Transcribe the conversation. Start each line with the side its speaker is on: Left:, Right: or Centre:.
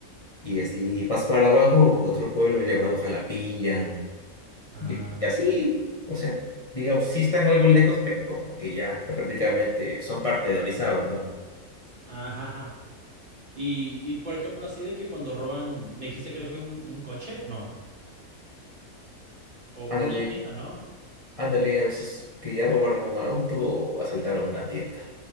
Left: Y así vas para abajo, otro pueblo llamado Jalapilla.
Right: Ah,
Left: Y, y
Right: ok.
Left: así, o sea, digamos, sí están algo lejos, pero como que ya prácticamente son parte de Orizaba, ¿no?
Right: Ajá, ajá. Y, y por ejemplo, así de que cuando roban, me dijiste creo que un, un coche, no. O
Left: Ándale,
Right: una tienda, ¿no?
Left: ándale, a veces que ya
Right: Pero-
Left: robaron un auto o asaltaron una tienda.